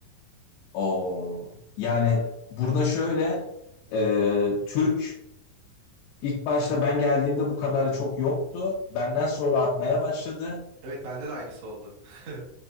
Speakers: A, on the left; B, on the right.
A: O yani burada şöyle e, Türk ilk başta ben geldiğimde bu kadar çok yoktu. Benden sonra artmaya başladı.
B: Evet bende de aynısı oldu. <laughs>